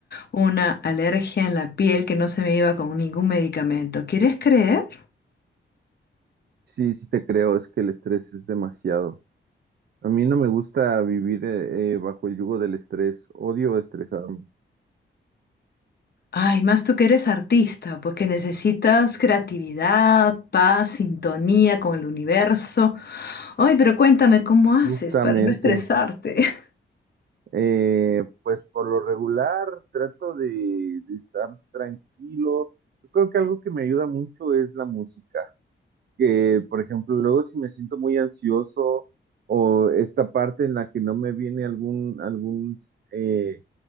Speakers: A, on the left; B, on the right.
A: una alergia en la piel que no se me iba con ningún medicamento. ¿Quieres creer?
B: Sí, sí te creo, es que el estrés es demasiado. A mí no me gusta vivir eh, eh, bajo el yugo del estrés, odio estresarme.
A: Ay, más tú que eres artista, pues que necesitas creatividad, paz, sintonía con el universo. Ay, pero cuéntame cómo haces
B: Justamente,
A: para no estresarte. <laughs>
B: eh, pues por lo regular trato de, de estar tranquilo. Yo creo que algo que me ayuda mucho es la música, que por ejemplo luego si me siento muy ansioso o esta parte en la que no me viene algún, algún eh,